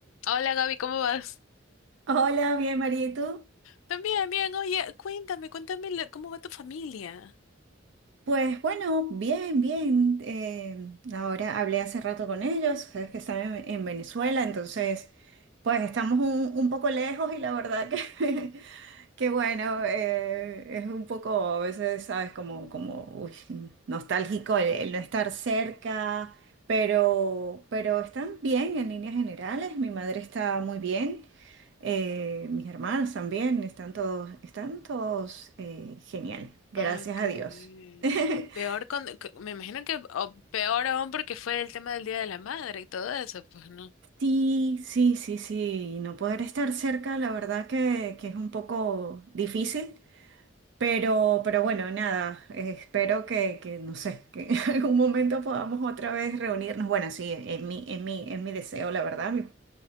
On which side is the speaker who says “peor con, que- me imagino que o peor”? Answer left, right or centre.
Left